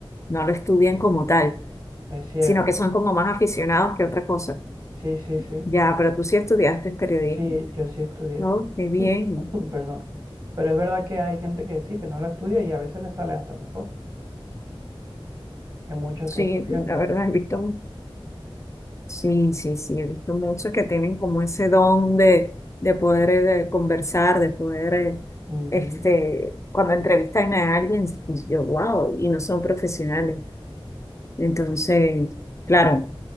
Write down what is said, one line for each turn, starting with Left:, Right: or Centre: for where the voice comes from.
Left: no lo estudian como tal,
Right: Es cierto.
Left: sino que son como más aficionados que otra cosa.
Right: Sí, sí, sí.
Left: Ya, pero tú sí estudiaste periodismo,
Right: Sí, yo sí estudié,
Left: ¿no? Qué bien.
Right: <laughs> perdón. Pero es verdad que hay gente que sí, que no lo estudia y a veces le sale hasta mejor que muchos
Left: Sí,
Right: que estudiaron.
Left: la verdad, he visto, sí, sí, sí, he visto muchos que tienen como ese don de, de poder eh, de conversar, de poder, eh,
Right: Ujú.
Left: este, cuando entrevistan a alguien, yo, wow, y no son profesionales. Entonces, claro,